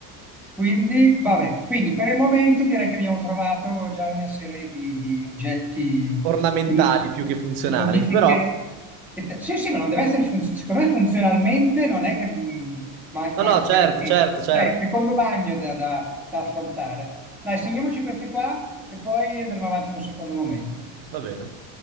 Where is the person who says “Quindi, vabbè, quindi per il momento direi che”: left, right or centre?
Centre